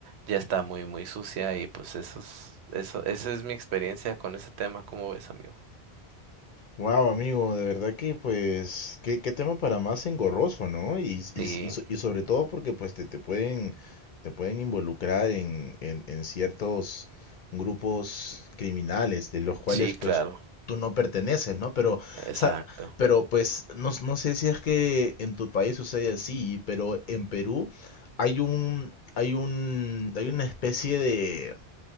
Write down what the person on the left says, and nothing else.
Wow, amigo, de verdad que pues qué, qué tema para más engorroso, ¿no? Y, s- y,
s- y so- y sobre todo porque pues te, te pueden te pueden involucrar en, en, en ciertos grupos criminales de los cuales
pues
tú no perteneces, ¿no? Pero, o
sea, pero pues no, s- no sé si es que en tu país sucede así, pero en Perú hay un hay un hay una especie de